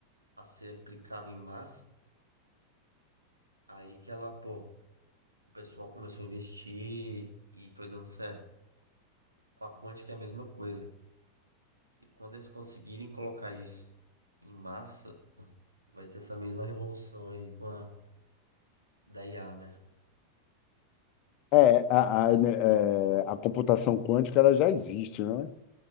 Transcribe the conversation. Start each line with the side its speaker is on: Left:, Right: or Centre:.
Right: a ser aplicável em massa, Aí que ela, pô, o pessoal começou a investir e foi dando certo. Com a Quantic é a mesma coisa. E quando eles conseguirem colocar isso em massa, vai ter essa mesma revolução aí com a da IA, né?
Left: é, a, a, né, é, a computação quântica ela já existe, né?